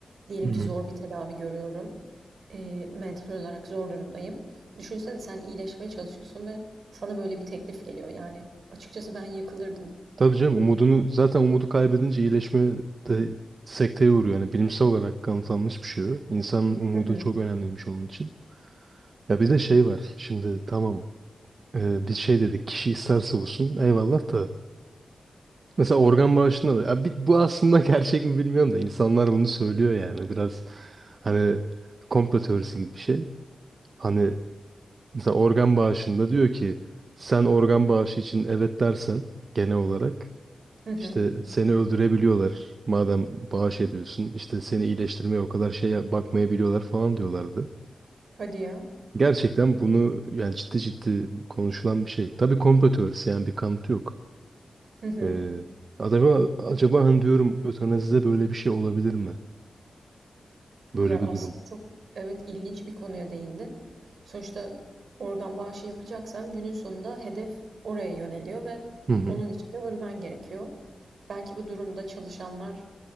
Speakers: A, on the right; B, on the right.
A: Diyelim
B: Hı hı.
A: ki zor bir tedavi görüyorum. E, mental olarak zor durumdayım. Düşünsene sen iyileşmeye çalışıyorsun ve sana böyle bir teklif geliyor. Yani açıkçası ben yıkılırdım.
B: Tabii canım umudunu zaten umudu kaybedince iyileşme de sekteye uğruyor. Yani bilimsel olarak kanıtlanmış bir şey o. İnsanın umudu
A: Hı hı.
B: çok önemliymiş onun için. Ya bir de şey var. Şimdi tamam e, bir şey dedik kişi isterse olsun eyvallah da. Mesela organ bağışında da ya bi- bu aslında <laughs> gerçek mi bilmiyorum da insanlar bunu söylüyor yani biraz hani komplo teorisi gibi bir şey. Hani Mesela organ bağışında diyor ki sen organ bağışı için evet dersen genel olarak
A: Hı hı.
B: işte seni öldürebiliyorlar madem bağış ediyorsun işte seni iyileştirmeye o kadar şeye bakmayabiliyorlar falan diyorlardı.
A: Hadi ya.
B: Gerçekten bunu yani ciddi ciddi konuşulan bir şey. Tabii komplo teorisi yani bir kanıtı yok.
A: Hı hı.
B: Ee, acaba, acaba hani diyorum ötanazide böyle bir şey olabilir mi? Böyle
A: Ya
B: bir
A: aslında
B: durum.
A: çok evet ilginç bir konuya değindin. Sonuçta organ bağışı yapacaksan günün sonunda hedef oraya yöneliyor ve
B: Hı hı.
A: onun için de ölmen gerekiyor. Belki bu durumda çalışanlar